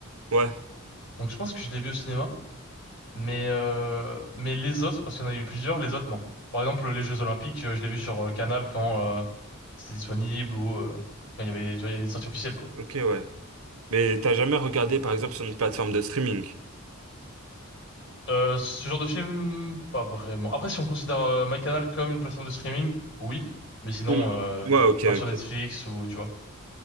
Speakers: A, on the right (about 80°); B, on the left (about 55°).
A: Ouais,
B: Donc je pense que je l'ai vu au cinéma. Mais, euh, mais les autres, parce qu'il y en a eu plusieurs, les autres, non. Par exemple, les Jeux Olympiques, euh, je l'ai vu sur euh, Canal quand euh, c'était disponible ou euh, quand il y avait, tu vois, il y a des sorties officielles, quoi.
A: ok, ouais. Mais t'as jamais regardé, par exemple, sur une plateforme de streaming?
B: Euh, ce genre de film, pas vraiment. Après, si on considère euh, MyCanal comme une plateforme de streaming, oui. Mais sinon,
A: Hmm.
B: euh,
A: Ouais, ok,
B: pas sur
A: ok.
B: Netflix ou, tu vois.